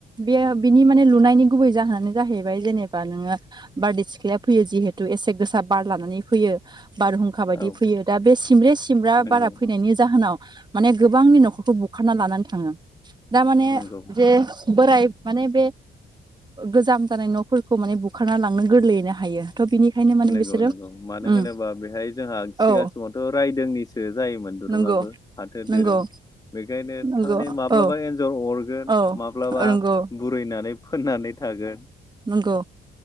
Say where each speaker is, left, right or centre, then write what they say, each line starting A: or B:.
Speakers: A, on the right; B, on the left.
A: बेयो बिनि माने लुनायनि गुबै जाहोनानो जाहैबाय जेनेबा नोङो बारदै सिख्लाया फैयो जिहेतु एसे गोसा बार लानानै फैयो बारहुंखा बायदि
B: औ
A: फैयो दा बे सिमब्रे सिमब्रा
B: नंगौ
A: बारा फैनायनि जाहोनाव माने गोबांनि न'खरखौ बुखारना लानानै थाङो दामाने
B: नंगौ
A: जे बोराय माने बे गोजाम जानाय न'फोरखौ माने बुखारना लांनो गोरलैयैनो हायो थ' बिनिखायनो माने
B: नंगौ
A: बिसोरो
B: नंगौ मानो
A: उम
B: होनोबा बेहाय जोंहा सिगां
A: औ
B: समावथ' रायदोंनि जायोमोन दुरुंङाबो
A: नंगौ
B: फाथो
A: नंगौ
B: दिरुं बेखायनो
A: नंगौ
B: थारमानानि माब्लाबा
A: औ
B: एन्जर अरगोन
A: औ
B: माब्लाबा
A: नंगौ
B: बुरैनानै फोननानै थागोन
A: नंगौ